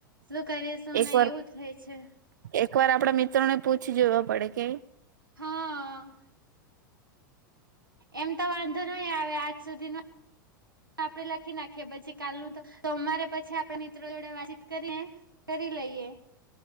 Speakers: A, on the right; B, on the right.
A: સું કરીસુ
B: એક
A: નઈ
B: વાર
A: એવુ થાય છે.
B: એક વાર આપડા મિત્રો ને પૂછી જોવા પડે કે.
A: હ એમ તો વાંધો નઈ આવે આજ સુધી નો આપડે લખી નાખીએ પછી કાલનુ તો સોમવારે પછી આપડે મિત્રો જોડે વાતચીત કરીએ. કરી લઈએ.